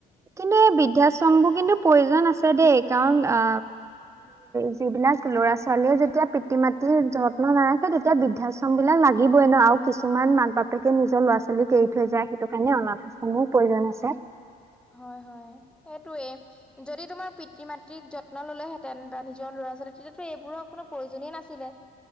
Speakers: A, on the right; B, in the centre.
A: কিন্তু, এই বৃদ্ধাশ্ৰমবোৰ কিন্তু প্ৰয়োজন আছে দেই কাৰণ অ যিবিলাক ল'ৰা ছোৱালীয়ে যেতিয়া পিতৃ মাতৃৰ যত্ন নাৰাখে তেতিয়া এতিয়া বৃদ্ধাশ্ৰম বিলাক লাগিবই ন আৰু কিছুমান মাক বাপেকে নিজৰ ল'ৰা ছোৱালী এৰি থৈ যায় সেইটো কাৰণে অনাথ <unintelligible> প্ৰয়োজন আছে
B: হয়, হয়, সেইটোৱে যদি তোমাৰ পিতৃ মাতৃক যত্ন ললেহেঁতেন, বা নিজৰ ল'ৰা ছোৱালী তেতিয়াতো এইবোৰৰ কোনো প্ৰয়োজনীয় নাছিলে